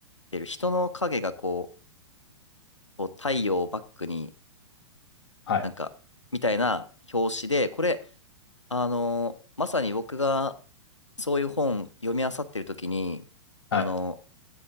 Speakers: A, on the left; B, on the left.
A: てる、人の影がこう、こう太陽をバックに、
B: はい、
A: なんか、みたいな表紙で、これ、あのーまさに僕がそういう本読み漁ってる時に、
B: はい、
A: あの